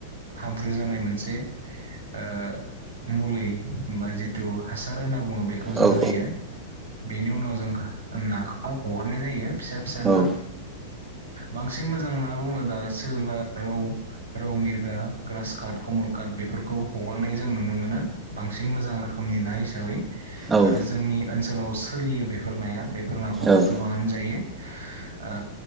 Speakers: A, on the right; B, on the right.
A: हाब्रु जानाय मोनसे ओ मुलि बा जिथु हासार होनना बुङो बेखौ जों
B: औ
A: होयो बेनि उनाव जों नाखौ हगारनाय जायो फिसा -फिसा
B: औ
A: ना बांसिन बांसिन मोजां ना बुङो दा सिलभार रौ रौ मिरगा ग्रास काट कमलकाट बेफोरखौ हगारनाय जों नुनो मोनो बांसिन मोजां रोखोमनि ना हिसाबै
B: औ
A: आरो जोंनि ओनसोलाव सोलियो बेफोर नाया फोर नाखौ
B: औ
A: गोबाङानो जायो। आ